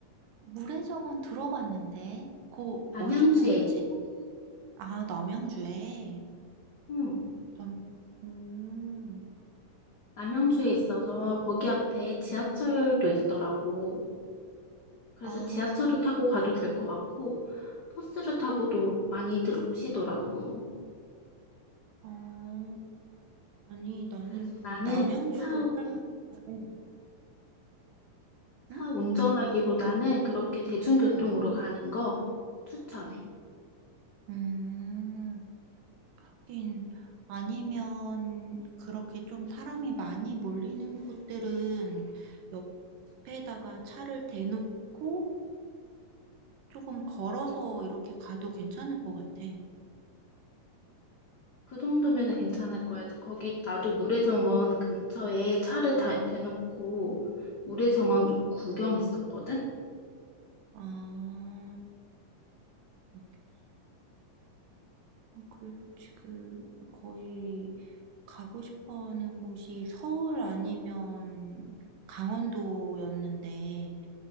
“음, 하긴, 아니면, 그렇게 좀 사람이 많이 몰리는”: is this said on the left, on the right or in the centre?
Right